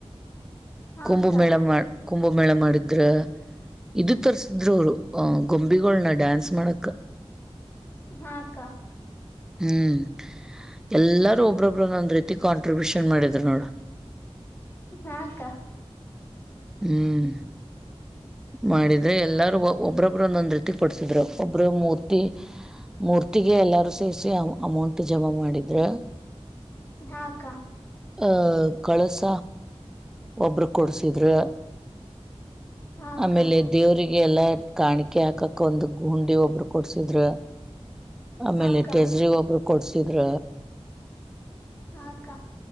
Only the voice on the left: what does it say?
ಹಾ
ಅಕ್ಕ
ಹಾ ಅಕ್ಕ
ಹ ಅಕ್ಕ
ಹ ಅಕ್ಕ
ಹಾ ಅಕ್ಕ
ಹಾ ಅಕ್ಕ
ಹ ಅಕ್ಕ